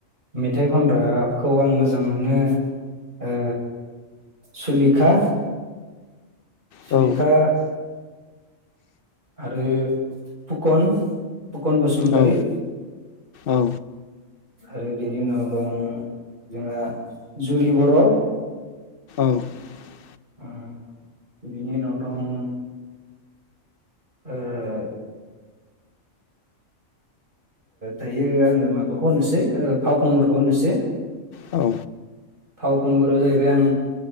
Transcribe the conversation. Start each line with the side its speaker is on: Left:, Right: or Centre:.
Right: मेथाइ खनग्राखौ आं मोजां मोनो ओ सुलिखा, सुलिखा,
Left: औ
Right: आरो फुकन, फुकन बसुमतारी,
Left: औ औ
Right: आरो बेनि उनाव दं जोंहा जुरि बर,
Left: <inaudible>
Right: उम बिनि उनाव दं ओह। दायो आङो माबाखौ होनोसै फावखुंगुरखौ होननोसै
Left: औ
Right: फावखुंगुरयाव जाहैबाय आं